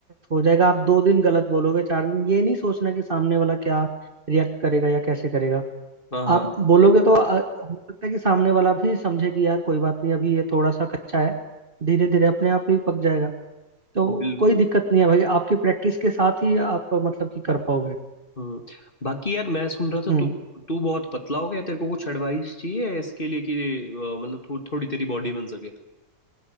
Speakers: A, on the right; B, on the left.
A: हो जाएगा आप दो दिन गलत बोलोगे चार दिन ये नहीं सोचना कि सामने वाला क्या रिएक्ट करेगा या कैसे करेगा
B: हाँ
A: आप
B: हाँ हाँ,
A: बोलोगे तो आ, हो सकता है कि सामने वाला भी समझे कि यार कोई बात नहीं अभी ये थोड़ा सा कच्चा है धीरे धीरे अपने आप ही पक जाएगा तो
B: बिल्कुल
A: कोई दिक्कत नहीं है भाई आपकी प्रैक्टिस के साथ ही आप मतलब कि कर पाओगे
B: हम्म बाकी यार मैं सुन रहा था
A: हम्म
B: तू तू बहुत पतला हो गया तेरे को कुछ एडवाइस चाहिए इसके लिए कि अ, मतलब थो, थोड़ी तेरी बॉडी बन सके